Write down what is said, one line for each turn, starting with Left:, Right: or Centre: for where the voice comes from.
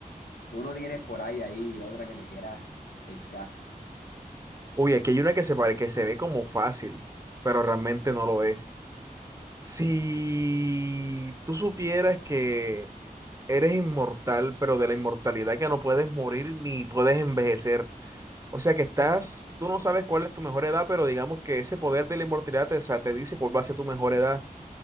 Left: Tú no tienes por ahí ahí otra que me quieras echar.
Right: Uy, aquí hay una que se pare, que se ve como fácil, pero realmente no lo es. Si tú supieras que eres inmortal, pero de la inmortalidad que no puedes morir ni puedes envejecer. O sea que estás, tú no sabes cuál es tu mejor edad, pero digamos que ese poder de la inmortalidad te, o sea, te dice cuál va a ser tu mejor edad